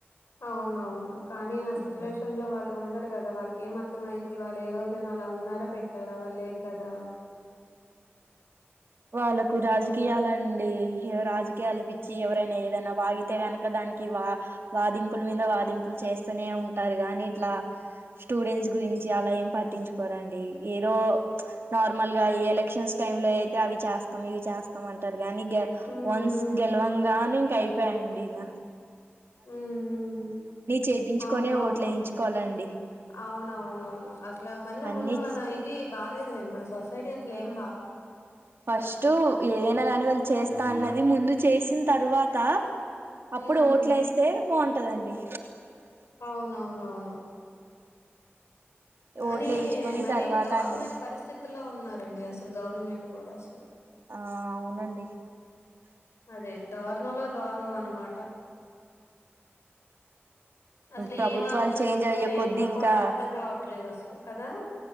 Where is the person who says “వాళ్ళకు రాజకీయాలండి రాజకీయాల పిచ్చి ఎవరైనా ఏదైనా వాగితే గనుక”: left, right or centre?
Right